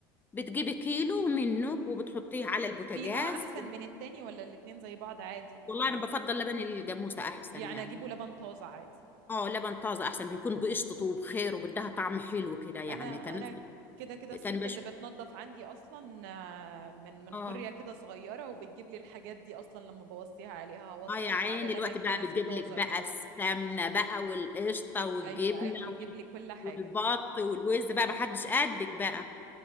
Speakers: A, on the left (about 20°); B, on the right (about 75°).
A: بتجيبي كيلو منه وبتحطيه على البوتاجاز
B: في نوع احسن من التاني ولا الاتنين زي بعض عادي
A: والله
B: يعني
A: أنا بفضل لبن الجاموسة أحسن
B: يعني
A: يعني
B: اجيبه لبن طازة عادي
A: اه لبن طازة أحسن بيكون بقشطته وبخير وبدها طعم حلو كده يعني
B: انا
A: كان الناس
B: انا
A: بت-
B: كده كده الست
A: كان بش
B: اللي بتنظف عندي اصلا آه، من من
A: اه
B: قرية كده صغيرة وبتجيب لي الحاجات دي اصلا لما بوصيها عليها هوصيها
A: اه يا عيني
B: على لبن
A: الوقت بقى
B: جمسي
A: بتجيب
B: طازة
A: لك بقى
B: كده
A: السمنة بقى والقشطة والجبنة
B: ايوه ايوه بتجيب
A: وال-
B: لي كل حاجة
A: والبط والوز بقى محدش قدك بقى